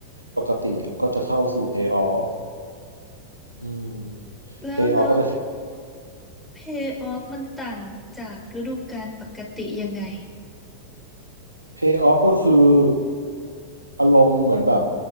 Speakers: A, on the right (about 85°); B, in the centre.
A: ปกติอะก็จะเข้าสู่ Playoff อืม
B: แล้วแล้ว
A: Playoff ก็จะ
B: เพย์ออฟมันต่างจากฤดูกาลปกติยังไง
A: Pay off ก็คืออารมณ์เหมือนแบบ